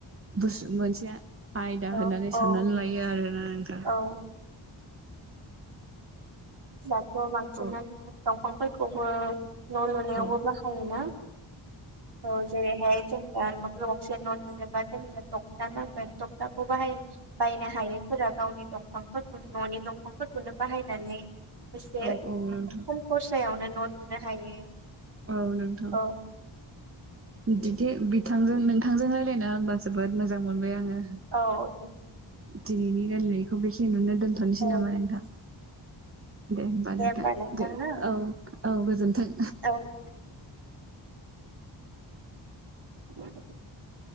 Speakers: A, on the right (about 30°); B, on the right (about 55°).
A: बुुस- मोनसेआ आयदा
B: औ
A: होननानै साननानै
B: औ
A: लायो आरोना नोंथां।
B: औ दाथ' बांसिनानो
A: औ
B: दंफांफोरखौबो न' लुनायावबो
A: औ
B: बाहायोना औ जेरैहाय जों दा न' गंसे न' लुनोबा जोंनो तक्था नांगोन तक्थाखौ बाहाय बायनो हायैफोरा गावनि दंफांफोरखौ न'नि दंफांफोरखौनो बाहायनानै एसे
A: औ औ
B: खम
A: नोंथां
B: खरसायावनो न' लुनो हायो
A: औ नोंथां
B: औ
A: बिदि बिथांजों नोंथांजों रायजलायना होनबा जोबोद मोजां मोनबाय आङो
B: औ दे
A: दिनैनि रायनायखौ बेखिनियावनो दोनथ'नोसै
B: औ
A: नामा नोंथां दे होनोमबा नोंथों
B: होमबा नोंथां ना
A: औ औ गोजोनथों
B: औ <inaudible>